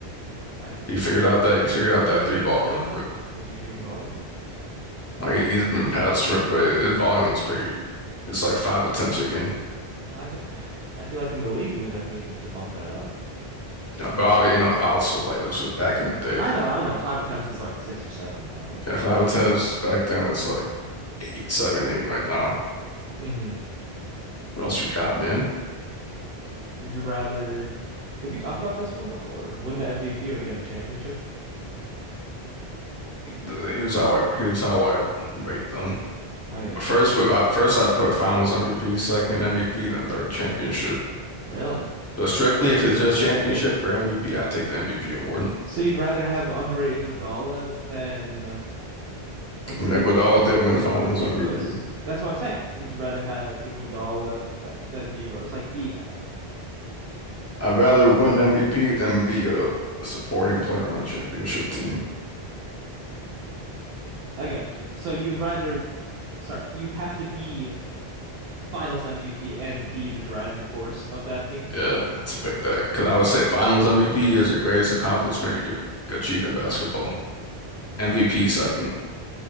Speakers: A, on the right (about 70°); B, on the left (about 20°).
A: I got
B: He figured
A: you.
B: out that he figured out
A: Was
B: that
A: he shooting
B: three ball
A: volume
B: real quick.
A: though? Was he shooting volume?
B: I mean, he's been past first, but his volume is pretty. It's like five attempts a game.
A: Five att- <sighs> I feel like in the league we would have needed to bump that up.
B: Yeah, but obviously, you know, I also like this was back in the day.
A: I know, I know. Five attempts is like six or seven now.
B: Yeah, five attempts back then. It's like eight, seven, eight right now.
A: hmm
B: What else you got, man?
A: Would you rather? Did we talk about this one before? Win the MVP or get a championship?
B: Here's how I here's how I rate them.
A: I got
B: First,
A: you.
B: with I first I put Finals MVP, second MVP, then third championship.
A: Really?
B: So strictly, if it's just championship or MVP, I take the MVP award.
A: So you'd rather have Andre Iguodala than uh, let's
B: I mean,
A: see who
B: Iguodala
A: won?
B: did win Finals
A: Than D
B: MVP.
A: Rose? That's what I'm saying. Would you rather have Iguodala th than D Rose? Like be that.
B: I'd rather win MVP than be a supporting player on a championship team.
A: I got you. So you'd rather, sorry, you have to be Finals MVP and be the driving force of that team.
B: Yeah, to pick that because I would say Finals MVP is the greatest accomplishment you could achieve in basketball. MVP second.